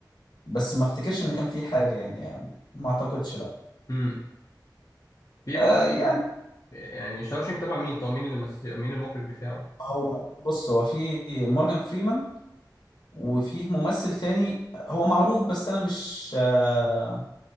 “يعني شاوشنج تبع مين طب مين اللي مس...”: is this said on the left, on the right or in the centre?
Left